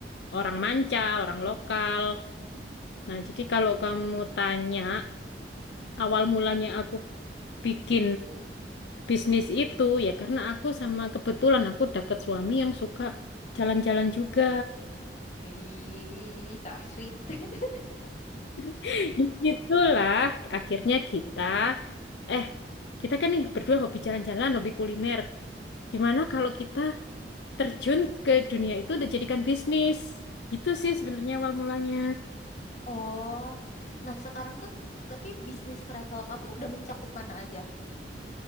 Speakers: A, on the left; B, on the left.
A: orang manca, orang lokal. Nah, jadi kalau kamu tanya awal mulanya aku bikin bisnis itu ya karena aku sama kebetulan aku dapat suami yang suka jalan-jalan juga.
B: Ih, so sweet. <laughs>
A: <laughs> Itulah akhirnya kita eh kita kan nih berdua hobi jalan-jalan, hobi kuliner. Gimana kalau kita terjun ke dunia itu dan jadikan bisnis? Gitu sih sebenarnya awal mulanya.
B: Oh, nah sekarang tuh tapi bisnis travel kamu udah mencakup mana aja?